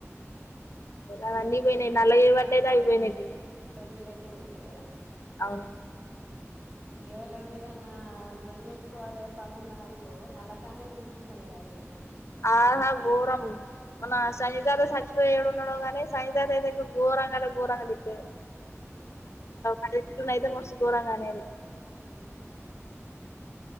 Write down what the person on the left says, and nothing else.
అవన్ని పోయినయ్ నల్లా చేపట్టయితె అవన్ని పోయినయ్ కొన్ని
అవును
ఆహా గోరం మొన్న సైగరు సాచిపోయి ఏడున్నడో గానీ సైగర్ అయితే ఘోరంగ అంటే గోరంగ తిట్టేది
అదేచ్చుకున్న అయితే మస్తు గోరంగనేది